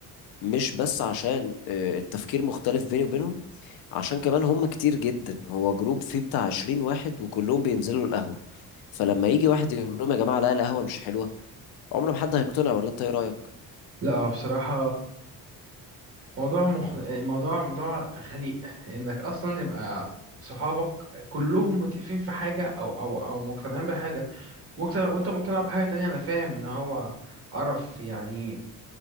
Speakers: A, on the left (about 75°); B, on the right (about 40°).
A: مش بس عشان آه، التفكير مختلف بيني وبينهم عشان كمان هم كتير جدا هو جروب فيه بتاع عشرين واحد وكلهم بينزلوا القهوة فلما يجي واحد يقول لهم يا جماعة لا القهوة مش حلوة عمر ما حد هيقتنع ولا انت ايه رأيك؟
B: لا هو بصراحة موضوع مخ... موضوع موضوع خنيق انك اصلا يبقى صحابك كلهم متفقين في حاجة او او او مقتنعين بحاجة مقتنع وانت مقتنع بحاجة تانية انا فاهم ان هو قرف يعني